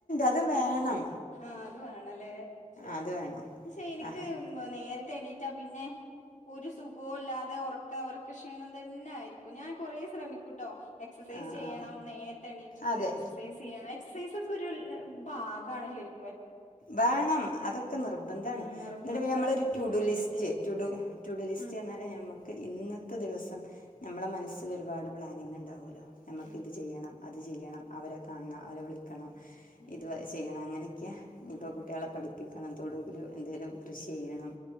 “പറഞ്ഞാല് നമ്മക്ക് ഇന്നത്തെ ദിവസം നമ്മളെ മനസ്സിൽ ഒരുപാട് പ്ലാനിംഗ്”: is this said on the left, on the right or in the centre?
Left